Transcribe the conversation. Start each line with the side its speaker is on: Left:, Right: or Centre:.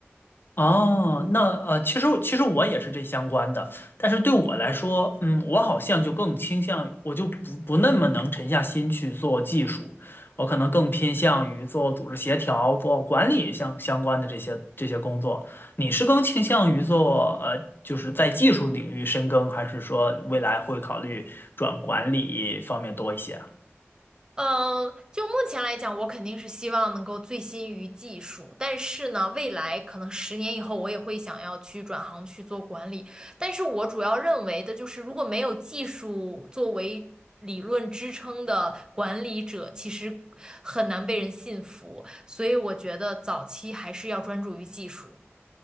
Left: 哦，那呃，其实其实我也是这相关的，但是对我来说，嗯，我好像就更倾向，我就不不那么能沉下心去做技术，我可能更偏向于做组织协调、做管理相相关的这些这些工作。你是更倾向于做呃，就是在技术领域深耕，还是说未来会考虑转管理方面多一些啊
Right: 嗯，就目前来讲，我肯定是希望能够醉心于技术，但是呢，未来可能十年以后，我也会想要去转行去做管理。但是我主要认为的就是，如果没有技术作为理论支撑的管理者，其实很难被人信服。所以我觉得早期还是要专注于技术。